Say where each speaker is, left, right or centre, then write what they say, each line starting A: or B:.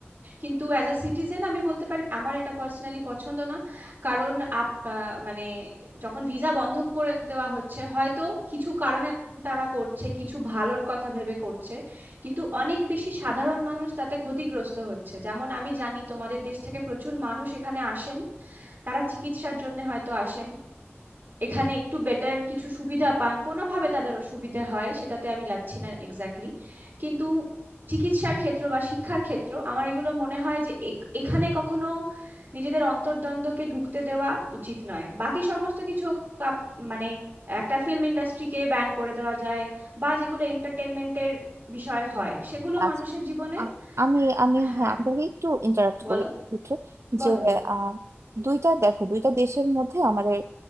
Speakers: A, on the right; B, on the right.
A: কিন্তু অ্যাজ আ সিটিজেন আমি বলতে পারি আমার এটা পার্সোনালি পছন্দ না কারণ আপ আহ, মানে যখন ভিসা বন্ধ করে দেওয়া হচ্ছে হয়তো কিছু কারণে তারা করছে কিছু ভালোর কথা ভেবে করছে কিন্তু অনেক বেশি সাধারণ মানুষ তাতে ক্ষতিগ্রস্ত হচ্ছে যেমন আমি জানি তোমাদের দেশ থেকে প্রচুর মানুষ এখানে আসেন তারা চিকিৎসার জন্য হয়তো আসেন এখানে একটু বেটার কিছু সুবিধা পান কোনোভাবে তাদের সুবিধে হয় সেটাতে আমি যাচ্ছি না এক্স্যাক্টলি কিন্তু চিকিৎসার ক্ষেত্র বা শিক্ষার ক্ষেত্র আমার এগুলো মনে হয় যে এ- এখানে কখনো নিজেদের অন্তর্দ্বন্দ্বকে ঢুকতে দেওয়া উচিত নয় বাকি সমস্ত কিছু হোক, আপ- মানে একটা ফিল্ম ইন্ডাস্ট্রিকে ব্যান করে দেওয়া যায় বা যেগুলো এন্টারটেনমেন্টের বিষয় হয় সেগুলো
B: আচ্ছা।
A: মানুষের জীবনে
B: আ- আমি আমি
A: হ্যাঁ
B: হ্যাঁ আপনাকে একটু ইন্টারাপ্ট
A: বলো
B: করি একটু
A: বলো
B: যে
A: বলো
B: আহ, দুইটা দেখো দুইটা দেশের মধ্যে আমাদের